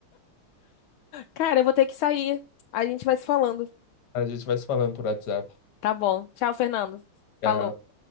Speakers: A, on the left; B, on the left.
A: Cara, eu vou ter que sair. A gente vai se falando.
B: a gente vai se falando por WhatsApp.
A: Tá bom. Tchau, Fernando.
B: Tchau.
A: Falou.